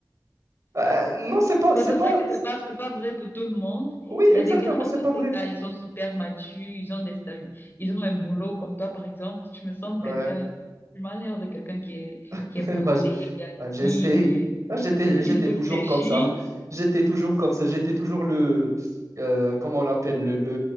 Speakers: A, on the right; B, on the left.
A: Euh, non, c'est pas,
B: bon
A: c'est
B: c'est
A: pas.
B: vrai que c'est pas, c'est pas vrai pour tout le monde.
A: Oui,
B: Il
A: exactement,
B: y a des gars à
A: c'est
B: BTK,
A: pas vrai.
B: ils sont super matures, ils ont des stabi- ils ont un boulot comme toi, par exemple. Tu me sembles
A: Ouais.
B: quelqu'un, tu m'as l'air de quelqu'un qui est,
A: <laughs>
B: qui est posé,
A: Bah, j'ai
B: qui est assis,
A: bah, j'ai essayé.
B: qui est,
A: Ah, J'étais, j'étais
B: qui réfléchit.
A: toujours comme ça. J'étais toujours comme ça. J'étais toujours le, euh, comment on appelle, le, le,